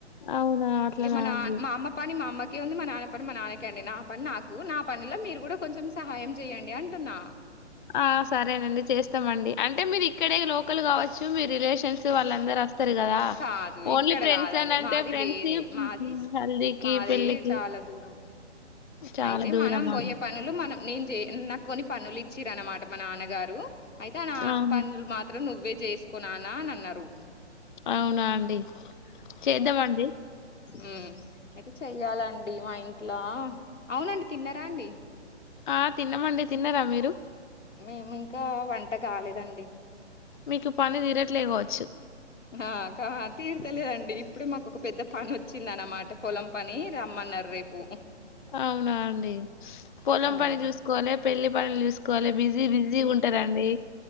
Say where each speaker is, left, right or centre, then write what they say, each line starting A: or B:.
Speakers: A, on the left; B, on the left.
A: అవునా అట్లనా
B: ఇక మన
A: అండి
B: మా అమ్మ పాని మా అమ్మ కే ఉంది మా నాన్న పని మా నాన్నకే అండి నా పని నాకు నా పనిలో మీరు కూడా కొంచెం సహాయం చెయండి అంటున్నా
A: ఆ సరేనండి చేస్తామండి అంటే మీరు ఇక్కడే లోకల్ కావచ్చు మీ రిలేషన్స్ వాళ్ళందరు వస్తారు కదా
B: కాదు
A: ఓన్లీ
B: ఇక్కడ
A: ఫ్రెండ్స్
B: కాదండి
A: అని అంటే
B: మాది
A: ఫ్రెండ్స్
B: వేరే మాది
A: హల్దీకి
B: మాది
A: పెళ్ళికి
B: చాలా దూరం
A: చాలా
B: అయితే
A: దూరమా
B: మనం పోొయే
A: అండి?
B: పనులు మనం నేను చే నాకు కొన్ని పనులు ఇచ్చర అన్నమాట మా నాన్నగారు అయితే నా
A: ఆహా!
B: పనులు మాత్రం నువ్వే చేసుకున్నానా అని అన్నారు.
A: అవునా అండి చేద్దామండి.
B: ఊ అయితే చెయ్యాలండి మా ఇంట్లో అవునండి తిన్నారా అండి.
A: ఆ తిన్నామండి తిన్నారా మీరు
B: మేము ఇంకా వంట కాలేదండి
A: మీకు పని తీరట్లేకోవచ్చు
B: ఆ కతీరు తెలిదండి. ఇప్పుడే మాకు ఒక పెద్ద పని వచ్చి ఉంద అన్నమాట పొలం పని రమ్మన్నారు రేపు.
A: అవునా అండి పొలం
B: ఉమ్
A: పని జూస్కోలే పెళ్ళి పనులు చూసుకోవాలి బిజీ బిజీ ఉంటారండి.